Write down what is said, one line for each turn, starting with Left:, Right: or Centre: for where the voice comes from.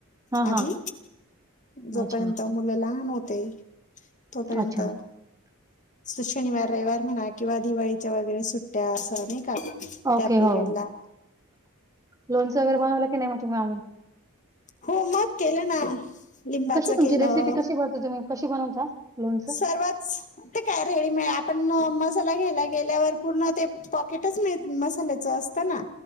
Right: हां,
Left: आधी
Right: हां.
Left: जोपर्यंत
Right: अच्छा,
Left: मुलं लहान होते. तोपर्यंत
Right: अच्छा.
Left: शनिवार रविवार म्हणा किंवा दिवाळीच्या वगैरे सुट ट्या असं नाय का त्या
Right: ओके.
Left: पीरयड
Right: हो.
Left: ला
Right: लोणचं वगैरे बवलं की नाही म तुम्ही अजून
Left: हो मग केलं ना लिंबाचं
Right: कशी तुमची
Left: केलं
Right: रेसिपी कशी बनवता तुम्ही? कशी बनवता लोणचं?
Left: सर्वच ते काय रेडीमे आपण मसाला घ्यायला गेल्यावर पूर्ण ते पॉकेटच मिळ मसाल्याच अस तो ना